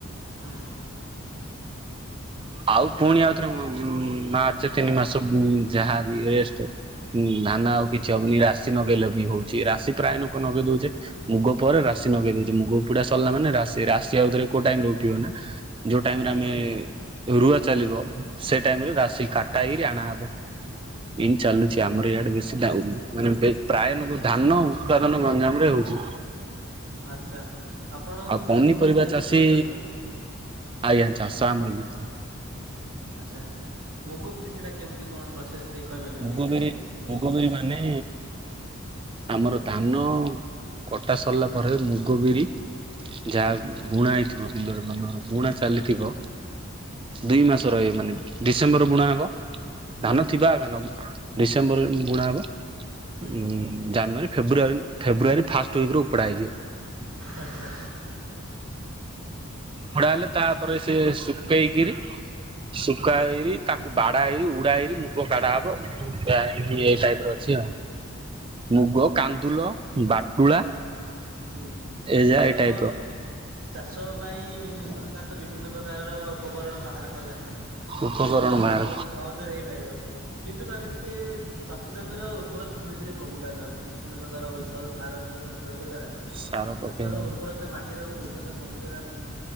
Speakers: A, on the right; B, on the right.
A: ହଁ।
B: ଆଉ ପୁଣି ଆଉଥରେ ଉଁ
A: ହଁ
B: ମାର୍ଚ୍ଚ ତିନି ମାସ। ଉଁ ଯାହା ବି ରେଷ୍ଟ ଉଁ ଧାନ ଆଉ କିଛି ହବନି ରାଶି ନଗେଇଲେ ବି ହଉଛି ରାଶି ପ୍ରାୟ ନୋକ ନଗେଇ ଦଉଛେ ମୁଗ ପରେ ରାଶ ନଗେଇ ଦଉଛି ମୁଗ ଉପୁଡା ସରିଲା ମାନେ ରାଶି ରାଶି ଆଉଥରେ କୋଉ ଟାଇମ ରୁ ଥିବ ନା ଯୋଉ ଟାଇମରେ
A: ହୁଁ
B: ଆମେ ରୁଆ ଚାଲିବ ସେ ଟାଇମରେ ରାଶି କାଟା ହେଇକରି ଆଣାହେବ। ଏଇ ଚାଲୁଛି ଆମର ଇଆଡେ ବେଶୀ <unintelligible> ମାନେ ପ୍ରାୟ ନୋ ଧାନ ଉତ୍ପାଦନ ଗଞ୍ଜାମରେ ହଉଛି।
A: ଆଚ୍ଛା ଆପଣ
B: ଆଉ
A: ବି
B: ପନିପରିବା
A: ମୁଗ ବିରି ଚାଷ
B: ଚାଷୀ
A: କରୁଛନ୍ତି?
B: ଆଜ୍ଞା ଚାଷ ଆମର ବି
A: ଆଚ୍ଛା ମୁଗ ବିରି ସେଇଟା କେମିତି କଣ ପ୍ରସେସ ଟା ଟିକେ କହିବେ ମୁଁ
B: ମୁଗ
A: ଟିକେ ଜଣିବା
B: ବିରି
A: ପାଇଁ ଇଛୁକ।
B: ମୁଗ ବିରି ମାନେ ଆମର ଧାନ କଟା ସରିଲା ପରେ ମୁଗ ବିରି ଯାହା ବୁଣା ହେଇଥିବ ବିଲରେ ମାନ ବୁଣା ଚାଲିଥିବ
A: ହୁଁ
B: ଦୁଇ ମାସ ର ମାନେ ଡିସେମ୍ବର ବୁଣା ହବ।
A: ହୁଁ
B: ଧାନ ଥିବା ଧାନ ଆଗେ ନ ଡିସେମ୍ବର ବୁଣା ହବ
A: ହୁଁ
B: ଉ ଜାନୁଆରୀ ଫେବୃାରୀ ଫେବୃୟରୀ ଫାଷ୍ଟ ୱିକେ ଉପୁଡ଼ା ହେଇଯିବ।
A: ଆଚ୍ଛା
B: ଭଡା ହେଲେ ତାପରେ ସେ ସୁଖେଇକିରି ଶୁଖା ହେଇରି
A: ହୁଁ
B: ତାକୁ ବାଡା ହେଇରି ଉଡା ହେଇରି ମୁଗ କାଢାବ। ଗ ଏଇ ଟାଇପ ର ଅଛି ଆଉ। ମୁଗ କାନ୍ଦୁଲ ବାଟୁଳା।
A: ହୁଁ
B: ଏଇଯା
A: ଏବେ
B: ଏଇ
A: ତ
B: ଟାଇପ ର
A: ଚାଷ ପାଇଁ ସରକାର ତ ବିଭିନ୍ନ ପ୍ରକାରର ଉପକରଣ ବାହାର କଲେଣି।
B: ଉପକରଣ
A: ସେଥିରେ କି ଚାଷ
B: ବାହାର
A: ବହୁତ ସହଜରେ ହେଇପାରିବ। କିନ୍ତୁ ତାର ଟିକେ ଚାଷ ଜମି ର ଉର୍ବରତା ଧୀରେ ଧୀରେ କମିବାରେ ଲାଗୁଛି। ବିଭିନ୍ନ ପ୍ରକାର ଔଷଧ ସାର ବିହନ ପ୍ରୟୋଗ ଦ୍ଵାରା
B: ସାର ପକେଇବା
A: ଚାଷର ଉର୍ବରତା ମାଟି ର ଉର୍ବରତା କମିବାରେ ଆସିଲି